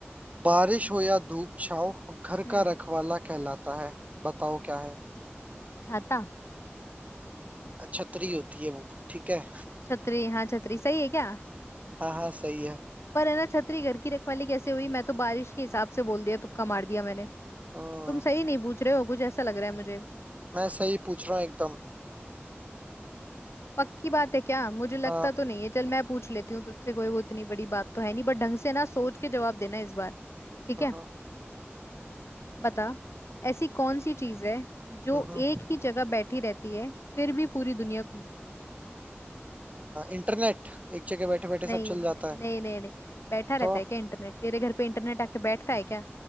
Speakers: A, on the right; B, on the left.
A: बारिश
B: हम्म
A: हो या धूप छाव घर
B: हम्म
A: का रखवाला कहलाता है बताओ क्या है
B: छाता
A: अ, छतरी होती है वो ठीक है
B: छतरी हाँ छतरी सही है क्या
A: हाँ हाँ सही है
B: पर है ना छतरी घर की रखवाली कैसे हुई मैं तो बारिश के हिसाब से बोल दिया तुक्का मार दिया मैंने
A: हम्म
B: तुम सही नहीं पूछ रहे हो कुछ ऐसा लग रहा है मुझे
A: मैं सही पूछ रहा हूँ एकदम
B: पक्की बात है क्या मुझे लगता
A: हाँ
B: तो नहीं है चल मैं पूछ लेती हूँ तुझसे कोई वो इतनी बड़ी बात तो है नहीं बट ढंग से ना सोच के जवाब देना इस बार ठीक
A: हम्म
B: है बता ऐसी कौन सी चीज है जो
A: हम्म
B: एक ही जगह बैठी रहती है फिर भी पूरी दुनिया घूमती है
A: इंटरनेट एक जगह बैठे बैठे
B: नहीं
A: सब चल
B: नहीं
A: जाता है
B: नहीं नहीं नहीं। बैठा
A: तो
B: रहता है क्या इंटरनेट तेरे घर पे इंटरनेट आके बैठता है क्या